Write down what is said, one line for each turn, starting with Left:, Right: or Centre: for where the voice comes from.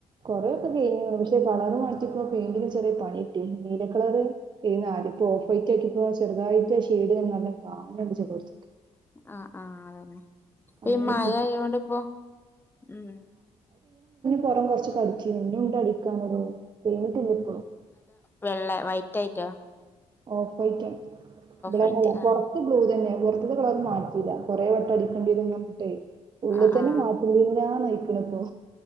Right: കൊറെേ ഒക്കെ കയിഞ്ഞു പക്ഷെ കളറ് മാറ്റിയപ്പോ പെയിന്റിന് ചെറിയ പണി കിട്ടി നീലകളർ ഗ്രീനാ അതിപ്പൊ ഓഫ് വൈറ്റാക്കിയപ്പോ ചെറുതായിട്ട് ഷെയ്ഡ് നല്ലോം കാണ് ണ് ണ്ട്ചെലോട്ത്.
Left: ആ ആ അതന്നെ.
Right: അങ്ങനെയൊക്കെ
Left: ഇ മയ ആയോണ്ടിപ്പൊ ഉം
Right: പുറം കൊറച്ച് <unintelligible> ഇഞ്ഞുണ്ട് അടിക്കാനെടോ കയിഞ്ഞിട്ടില്ല ഇപ്പളും.
Left: വെള്ളേ വൈറ്റായിറ്റോ
Right: ഓഫ് വൈറ്റ ഇബടെ
Left: വൈറ്റ് ആ
Right: പൊറത്ത് ബ്ലൂ തന്നെ പൊറത്ത്ത്തെ കളർ മാറ്റീല്ല കൊറേ വെ ടടിക്കണ്ടീന്നു <unintelligible> ഉള്ള്
Left: ആ
Right: തന്നെ
Left: ആ
Right: മാറ്റണ്ടീന്നിലാനയിക്ക്ണ് പ്പൊ